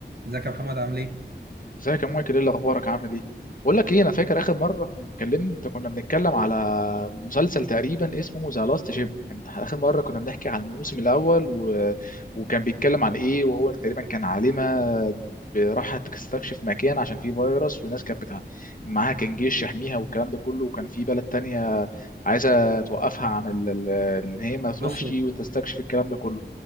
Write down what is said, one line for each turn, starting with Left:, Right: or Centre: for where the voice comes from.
Right: ازيك يا محمد عامل ايه؟
Left: ازيك يا مايكل ايه اللي اخبارك عامل ايه بقول لك ايه انا فاكر اخر مره كنا اتكلمنا انت كنا بنتكلم على مسلسل تقريبا اسمه ذا لاست شيب انت اخر مره كنا بنحكي عن الموسم الاول و... وكان بيتكلم عن ايه وهو تقريبا كان عالمه راحت تستكشف مكان عشان فيه فيروس والناس كانت بتاع معاها كان جيش يحميها والكلام ده كله وكان في بلد تانية عايزه توقفها عن ال- ال- ان هي ما تروحش
Right: لوسيا
Left: وتستكشف الكلام ده كله